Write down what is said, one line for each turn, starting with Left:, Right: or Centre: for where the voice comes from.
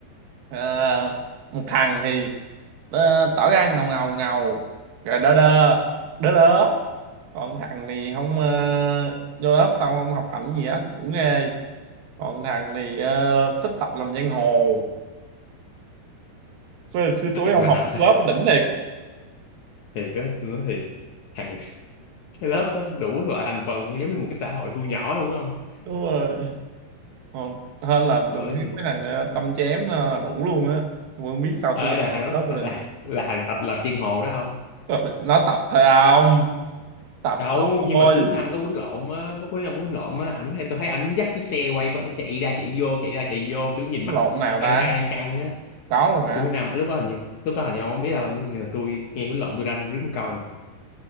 Right: Ờ, một thằng thì ờ, tỏ ra ngầu ngầu ngầu rồi đơ đơ đơ đớ còn thằng thì không ờ, vô lớp xong không học hành gì hết cũng ghê còn thằng thì ờ, thích tập làm giang hồ xưa, xưa túi
Left: thiệt
Right: ông
Left: mà
Right: học
Left: hành
Right: lớp đỉnh liệt
Left: thiệt á tôi nói thiệt hàng <laughs> cái lớp đó đủ loại thành phần giống như một cái xã hội thu nhỏ đúng không
Right: đúng rồi còn hơn là
Left: bởi
Right: từng thiếu
Left: vậy
Right: mấy thằng ờ, đâm chém ờ, đủ luôn á tôi không biết sao
Left: Ê
Right: tôi làm
Left: là thằng đó
Right: lớp với lên
Left: là, là thằng tập lập chiên hồ đó không?
Right: Trời, nó tập thôi ông tập
Left: Đâu,
Right: tao
Left: nhưng
Right: thôi
Left: mà cuối năm có quýnh lộn á, có cuối năm có quýnh lộn á, ảnh hay tôi thấy ảnh dắt chiếc xe quay của ảnh chạy ra chạy vô, chạy ra chạy vô kiểu nhìn
Right: Nó
Left: mặt
Right: lộn nào
Left: căng
Right: ta
Left: căng căng căng á.
Right: có luôn hả
Left: Cuối năm lúc đó hình như lúc đó hình như ông không biết đâu, nhưng mà tôi nghe quýnh lộn tôi đang đứng coi mà.